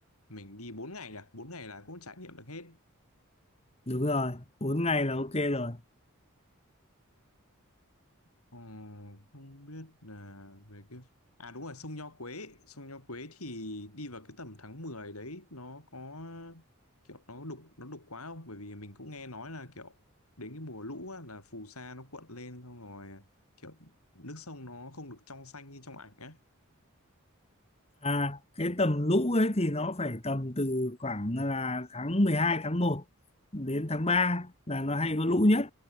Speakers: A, on the left (about 85°); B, on the left (about 30°).
A: mình đi 4 ngày nhỉ? bốn ngày là cũng trải nghiệm được hết.
B: đúng rồi bốn ngày là ok rồi
A: Ờ, không biết là về cái à đúng rồi sông Nho Quế sông Nho Quế thì đi vào cái tầm tháng 10 đấy nó có kiểu nó đục nó đục quá không bởi vì mình cũng nghe nói là kiểu đến cái mùa lũ á, là phù sa nó cuộn lên xong rồi kiểu nước sông nó không được trong xanh như trong ảnh á
B: À, cái tầm lũ ấy thì nó phải tầm từ khoảng là tháng mười hai tháng một đến tháng 3 là nó hay có lũ nhất